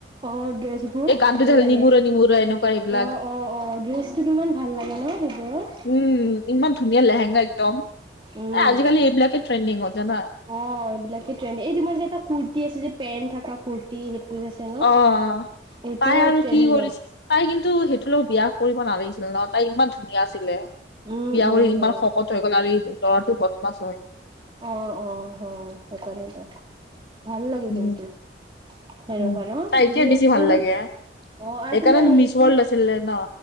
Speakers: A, on the right (about 25°); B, on the left (about 65°).
A: অ দুয়েজো বোৰ
B: এই গানটো
A: ভাল
B: যে
A: লাগে,
B: নিমুৰে নিমুৰে এনেকুৱা এইবিলাক
A: অ অ অ ড্ৰেচটো কিমান ভাল লাগে ন সেইবোৰৰ।
B: উম' ইমান ধুনীয়া লেহেংগা একদম,
A: উম
B: এ আজিকালি এইবিলাকে ট্ৰেণ্ডিঙত জানা?
A: অ এইবিলাকে ট্ৰেণ্ড, এই যে মোৰ এটা কুৰ্তি আছে যে পেণ্ট থকা কুৰ্তি সেইটো যে আছে ন
B: অ অ,
A: এইটো
B: পাই আৰু
A: ট্ৰেণ্ডিং
B: কি কৰিছে?
A: হয়
B: তাই কিন্তু সেইটোৰ লগত বিয়া কৰিব নালাগিছিল ন, তাই ইমান ধুনীয়া আছিলে।
A: উম
B: বিয়া
A: উম
B: কৰি ইমান
A: হয়
B: শকত হৈ গ'ল আৰু এই ল'ৰাটো বদমাছ হয়।
A: অ অ হয় সেইকাৰণেই ভাল লাগে
B: উম,
A: কিন্তু। সেনেকুৱা
B: উম,
A: ন,
B: তাইকে
A: ড্ৰেচবোৰ
B: বেছি ভাল লাগে
A: অ আৰু
B: সেইকাৰণে
A: তোমাৰ সেইযোৰ
B: মিছ ৱৰ্ল্ড আছিলে ন।